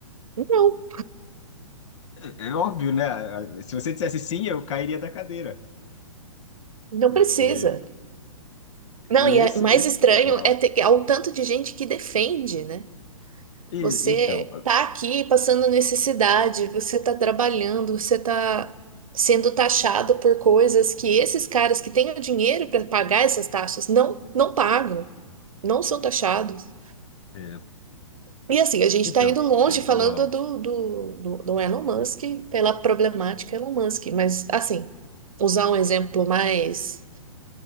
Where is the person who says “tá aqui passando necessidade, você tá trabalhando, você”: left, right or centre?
Right